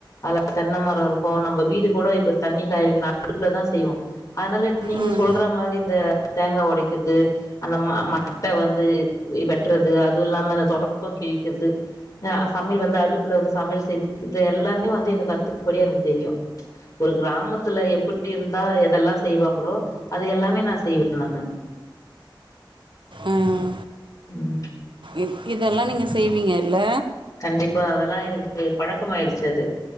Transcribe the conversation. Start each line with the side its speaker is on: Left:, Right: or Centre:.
Left: அதுல தென்னை மரம் இருக்கும் நம்ம வீடு கூட இப்ப தண்ணி காய வ அடுப்புலதான் செய்வோம் அதனால நீங்க
Right: ம்
Left: சொல்ற மாரி இந்த தேங்காய் ஒடைக்கிறது அந்த ம மட்டை வந்து வெட்டுறது அதுவும் இல்லாம அந்த தொடப்பம் கிழிக்கிறது ஹ் சமையல் வந்து அடுப்புல வந்து சமையல் செய்து இது எல்லாமே வந்து எனக்கு அத்துபடியா எனக்கு தெரியும் ஒரு கிராமத்துல எப்படி இருந்தா எதெல்லாம் செய்வாங்களோ அது எல்லாமே நான் செய்வேன் நானு
Right: ஆஹ்வ்
Left: உம்
Right: இத் இதெல்லா நீங்க செய்வீங்கள்ல
Left: கண்டிப்பா அதெல்லா எனக்கு பழக்கமாயிருச்சு அது